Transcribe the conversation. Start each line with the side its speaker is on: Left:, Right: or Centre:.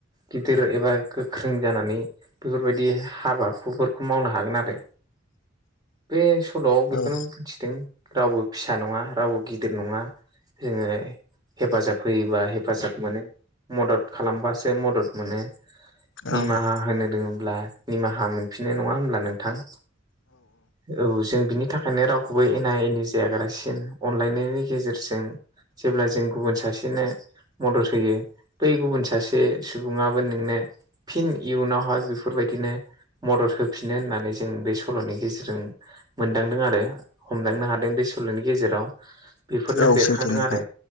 Right: गिदिर एबा गोख्रों जानानै बेफोरबायदि हाबाफोरखौ मावनो हागोन आरो बे सल'आव बे बेखौनो
Left: औ
Right: बुंथिदों रावबो फिसा नङा रावबो गिदिर नङा जोङो हेफाजाब होयोबा हेफाजाब मोनो मदद खालामबासो मदद मोनो निमाहा
Left: औ
Right: होनो रोङब्ला निमाहा मोनफिननाय नङा होनोमब्ला नोंथां औ जों बिनि थाखाय ओंखायनो रावखौबो एना एनि जाग्रासिन अनलायनायनि गेजेरजों जेब्ला जों गुबुन सासेनो मदद होयो बै गुबुन सासे सुबुङाबो नोंनो फिन इयुनावहाय बेफोरबायदिनो मदद होफिनो होननानै जों बे सल'नि गेजेरजों मोनदांदों आरो बो हमदांनो हादों बे सल'नि गेजेराव बेफोरनो
Left: औ
Right: बेरखांदों
Left: सैथो नोंथां
Right: आरो